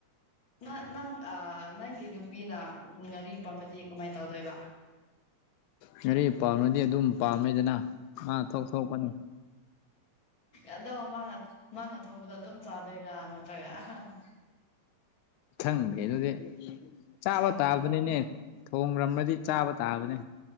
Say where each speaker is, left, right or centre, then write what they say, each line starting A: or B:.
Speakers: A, on the left (about 35°); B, on the left (about 85°).
A: ꯅ ꯅꯪ ꯑ ꯅꯪꯒꯤ ꯅꯨꯄꯤꯅ ꯉꯥꯔꯤ ꯄꯥꯝꯂꯗꯤ ꯀꯃꯥꯏ ꯇꯧꯗꯣꯏꯕ꯫
B: ꯉꯔꯤ ꯄꯥꯝꯂꯗꯤ ꯑꯗꯨꯝ ꯄꯥꯝꯃꯦꯗꯅ ꯃꯥ ꯊꯣꯛ ꯊꯣꯛꯄꯅꯦ꯫
A: ꯑꯗꯣ ꯃꯥꯅ ꯃꯥꯅ ꯊꯣꯡꯕꯗ ꯑꯗꯨꯝ ꯆꯥꯗꯣꯏꯔꯥ ꯅꯠꯇ꯭ꯔꯒ ꯑꯍꯥ ꯑꯍꯥ꯫
B: ꯈꯪꯗꯦ ꯑꯗꯨꯗꯤ ꯆꯥꯕ
A: ꯈꯪꯉꯣ
B: ꯇꯥꯕꯅꯤꯅꯦ ꯊꯣꯡꯂꯝꯔꯗꯤ ꯆꯥꯕ ꯇꯥꯕꯅꯦ꯫